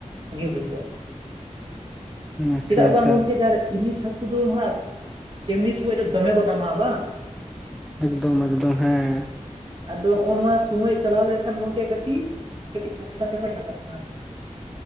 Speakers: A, on the right (about 40°); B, in the centre.
A: ᱵᱷᱟᱜᱮ ᱵᱩᱡᱩᱜᱼᱟ᱾
B: ᱟᱪᱪᱷᱟ
A: ᱪᱮᱫᱟᱜ
B: ᱟᱪᱪᱷᱟ
A: ᱵᱟᱝ ᱜᱚᱢᱠᱮ ᱡᱟᱦᱟᱸ ᱨᱮ ᱤᱞᱤᱥ ᱦᱟᱹᱠᱩ ᱩᱱᱠᱩ ᱫᱚ ᱦᱟᱸᱜ ᱮᱢᱱᱤ ᱥᱚᱢᱚᱭ ᱨᱮᱜ ᱫᱚᱢᱮ ᱠᱚ ᱫᱟᱢᱟ ᱵᱟᱝ
B: ᱮᱠᱫᱚᱢ ᱮᱠᱫᱚᱢ ᱦᱮᱸ
A: ᱟᱫᱚ ᱚ-ᱱᱚᱣᱟ ᱥᱚᱢᱚᱭ ᱪᱟᱞᱟᱣ ᱞᱮᱱᱠᱷᱟᱱ ᱜᱚᱝᱠᱮ ᱠᱟᱹᱴᱤᱡ ᱠᱟᱹᱴᱤᱡ ᱥᱚᱥᱛᱟ ᱛᱮᱠᱚ ᱧᱟᱢᱚᱜ-ᱟ᱾